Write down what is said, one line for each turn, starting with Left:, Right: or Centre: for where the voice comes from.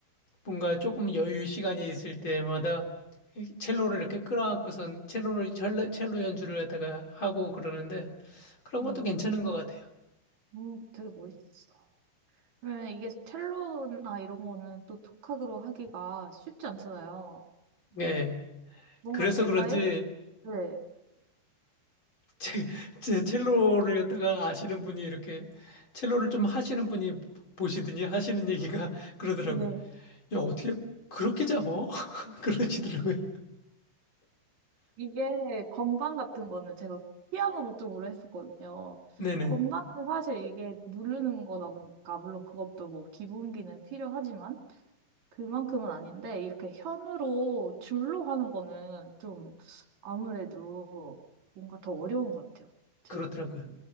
Left: 뭔가 조금 여유 시간이 있을 때마다 이 첼로를 이렇게 끌어안고선 첼로를 첼로, 첼로 연주를 갖다가 하고 그러는데 그런
Right: 네.
Left: 것도 괜찮은 것 같아요.
Right: 음, 되게 멋있었어. 그러면 이게 첼로나 이런 거는 또 톡학으로 하기가 쉽지 않잖아요.
Left: 예.
Right: 뭔가
Left: 그래서
Right: 제가,
Left: 그런지
Right: 예- 네.
Left: 제, 제 첼로를 갖다가 아시는 분이 이렇게 첼로를 좀 하시는 분이 보시더니 하시는 얘기가 <laughs> 그러더라고요.
Right: 네.
Left: 야, 어떻게 그렇게 잡어? <laughs> 그러시더라고요.
Right: 이게 건반 같은 거는 제가 피아노 노트북으로 했었거든요.
Left: 네네.
Right: 건반은 사실 이게 누르는 거다 보니까 물론 그것도 뭐 기본기는 필요하지만 그만큼은 아닌데 이렇게 현으로 줄로 하는 거는 좀 아무래도 뭔가 더 어려운 것 같아요. 제
Left: 그렇더라고요.
Right: 느끼기에.